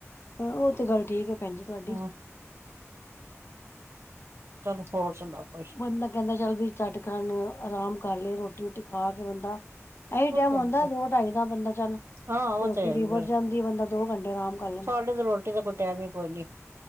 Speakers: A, on the left; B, on the right.
A: ਹਾਂ ਉਹ ਤੇ ਗੱਲ ਠੀਕ ਹੈ ਭੈਣ ਜੀ ਤੁਹਾਡੀ।
B: ਹੂੰ ਚਲੋ ਹੋਰ ਸੁਣਾਓ ਕੁਛ
A: ਬੰਦਾ ਕਹਿੰਦਾ ਚੱਲ ਵੀ ਝੱਟ ਕਰਨ ਆਰਾਮ ਕਰ ਲਏ ਰੋਟੀ ਰੂਟੀ ਖਾ ਕੇ ਬੰਦਾ। ਇਹੀ
B: ਉਹ
A: ਟਾਈਮ
B: ਤੇ
A: ਹੁੰਦਾ
B: ਹੈ
A: ਦੋ ਢਾਈ ਦਾ ਬੰਦਾ ਚੱਲ
B: ਹਾਂ ਉਹ
A: ਰੋਟੀ
B: ਤੇ ਹੈ
A: ਨਿਬੜ
B: ਹੀ ਫੇਰ
A: ਜਾਂਦੀ ਬੰਦਾ ਦੋ ਘੰਟੇ। ਆਰਾਮ ਕਰ ਲੈਂਦਾ
B: ਸਾਡੇ ਤੇ ਰੋਟੀ ਦਾ ਕੋਈ ਟਾਈਮ ਹੀ ਕੋਈ ਨੀ